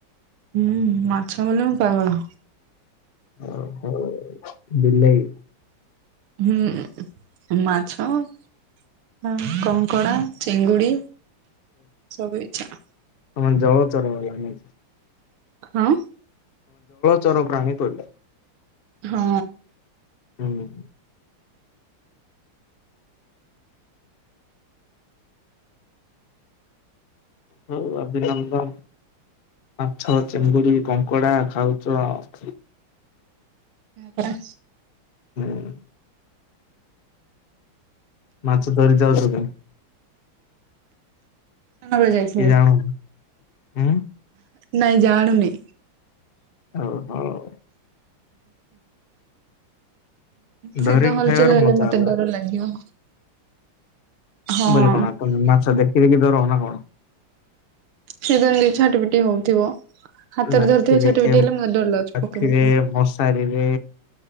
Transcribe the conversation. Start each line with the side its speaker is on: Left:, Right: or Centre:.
Right: ହୁଁ ମାଛ ବୋଲି ମୁ ପାଗଳ।
Left: ଆହା ବିଲେଇ
Right: ହୁଁ ମାଛ ହଁ କଙ୍କଡା ଚିଙ୍ଗୁଡି। ସବୁ ଇଚ୍ଛା
Left: ତମ ଜଳ ଚର ବାଲା ନାଇକି?
Right: ହଁ।
Left: ଚର ପ୍ରାଣୀ ପଇଲା।
Right: ହଁ।
Left: ହୁଁ। ହଉ ଅଭିନନ୍ଦନ ମାଛ, ଚିଙ୍ଗୁଡି, କଙ୍କଡା ଖାଉଚୁ ଆଉ।
Right: ହଁ ପରା।
Left: ହୁଁ। ମାଛ ଧରି ଯାଉଛୁ କେ
Right: ସନ୍ଧ୍ୟାବେଳେ ଯାଇଥିଲି।
Left: ଜାଣୁ ହୁଁ।
Right: ନାଇଁ ଜାଣୁନି
Left: ଓ ହଉ।
Right: ସେ
Left: ଧରିକି
Right: ତ ହଲଚଲ
Left: ଖାଇବାର
Right: ହେଲେ
Left: ମଜା
Right: ମତେ
Left: ଅଲଗା।
Right: ଡର ଲାଗିବ। ହଁ।
Left: ବଲେ କଣ ତମେ ମାଛ ଦେଖିକି ବି ଡର ନା କଣ?
Right: ସେ ଯେମିତି ଛାଟି ପିଟି ହଉଥିବ ହାତରେ
Left: ଲାଠିରେ
Right: ଧରିଥିବ ଛାଟି ପିଟି
Left: ଲାଠିରେ
Right: ହେଲେ ମତେ ଡର ଲାଗୁଛି ପକେଇ ଦଉଛନ୍ତି।
Left: ମଶାରୀରେ